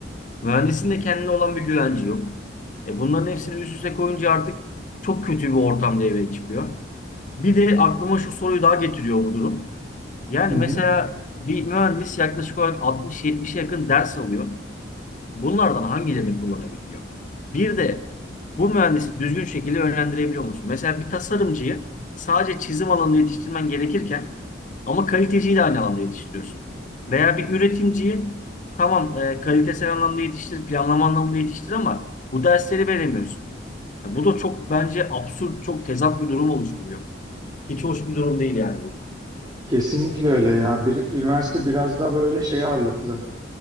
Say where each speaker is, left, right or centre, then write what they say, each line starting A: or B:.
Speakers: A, on the left (about 40°); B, on the right (about 20°).
A: Mühendisin de kendine olan bir güvenci yok. E bunların hepsini üst üste koyunca artık çok kötü bir ortam devreye çıkıyor. Bir de aklıma şu soruyu daha getiriyor bu durum. Yani
B: Hı hı.
A: mesela bir mühendis yaklaşık olarak 60-70'e yakın ders alıyor. Bunlardan hangilerini kullanabiliyor? Bir de bu mühendisi düzgün şekilde yönlendirebiliyor musun? Mesela bir tasarımcıyı sadece çizim alanında yetiştirmen gerekirken ama kaliteciyi de aynı alanda yetiştiriyorsun. Veya bir üretimciyi tamam e, kalitesel anlamda yetiştir, planlama anlamında yetiştir ama bu dersleri veremiyorsun. Ya bu da çok bence absürt, çok tezat bir durum oluşturuyor. Hiç hoş bir durum değil yani bu.
B: Kesinlikle öyle ya. Bir, üniversite biraz daha böyle şey ağırlıklı.